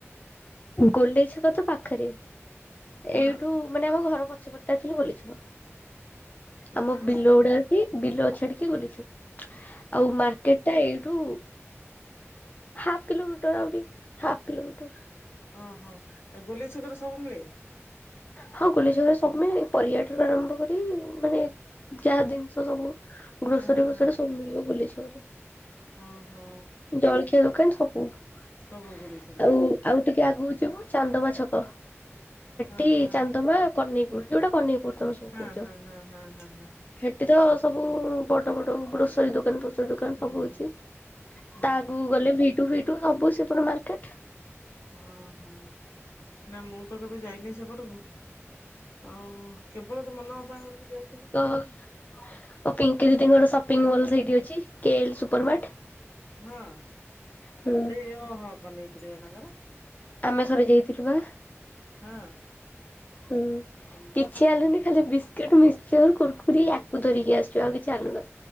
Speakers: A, on the left (about 35°); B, on the left (about 55°).
A: ଗଲେଇ ଛକ ତ ପାଖରେ।
B: ହଁ
A: ଏଇଠୁ ମାନେ ଆମ ଘର ପଛପଟଟା ଥିଲୁ ଗୋଲେଇ ଛକ ଆମ
B: ଆ ହଁ
A: ବିଲଗୁଡା ଅଛି। ବିଲ ଛାଡିକି ଗୋଲେଇ ଛକ ଆଉ ମାର୍କେଟ। ଟା ଏଇଠୁ ହାଫ୍ କିଲୋମିଟର ଆହୁରି ହାଫ୍ କିଲୋମିଟର।
B: ଓଁ ହଁ ଆଉ ଗୋଲେଇଛକରେ ସବୁ ମିଳେ।
A: ହଁ ଗୋଲେଇ ଛକରେ ସବୁମିଳେ ପରିବା ଠାରୁ ଆରମ୍ଭ କରି ମାନେ। ଯାହା ଜିନିଷ ସବୁ
B: ହଁ
A: ଗ୍ରୋସରୀ
B: ହଁ
A: ଫୋସରୀ
B: ହଁ
A: ସବୁ ମିଳିବ ଗୋଲେଇ ଛକରେ।
B: ହଁ ହଁ
A: ଜଳଖିଆ ଦୋକାନ ସବୁ ଆଉ,
B: ସବୁ ଗୁଲିଛା କରେ
A: ଆଉ। ଟିକେ ଆଗକୁ ଯିବ ଚାନ୍ଦମା ଛକ।
B: ହଁ
A: ଟି
B: ହଁ
A: ଚାନ୍ଦମା କହ୍ନେଇପୁର ଯୋଉଟା କହ୍ନେଇପୁର ତମେ ସବୁ
B: ହଁ
A: କହୁଛ।
B: ହଁ ହଁ ହଁ ହଁ ହଁ
A: ସେଠି ତ ସବୁ ବଡ ବଡ ଗ୍ରୋସରୀ ଦୋକାନ ପଛପଟେ। ଦୋକାନ
B: ହୁଁ
A: ସବୁ
B: ହୁଁ
A: ଅଛି
B: ହୁଁ
A: ତାଆଗକୁ
B: ହୁଁ
A: ଗଲେ ଭିଟୁ ଫିଟୁ ସବୁ ସେପଟ ମାର୍କେଟ।
B: ହଁ ହଁ ନା ମୁଁ ତ କେବେ ଯାଇନି ସେପଟକୁ। ଆଉ କେବଳ ତ ମନଅପାଘରକୁ ଯାଇଥିଲି।
A: ହଁ ଓ ପିଙ୍କି ଦିଦିଙ୍କର ସପିଙ୍ଗ ମଲ୍ ସେଇଠି ଅଛି କେ ଏଲ ସୁପର ମାର୍ଟ।
B: ହଁ
A: ହୁଁ
B: ସେଇ ହଁ ହଁ କହ୍ନେଇପୁର ବା ତାଙ୍କର।
A: ଆମେ ଥରେ ଯାଇଥିଲୁ ବା।
B: ହଁ।
A: ହୁଁ
B: ହଁ
A: କିଛି ଆଣିଲୁନି ଖାଲି ବି ବିସ୍କୁଟ, ମିସ୍କଚର୍, କୁର୍କୁରି ୟାକୁ ଧରିକି ଆସିଛୁ, ଆଉ କିଛି ଆଣିଲୁନି।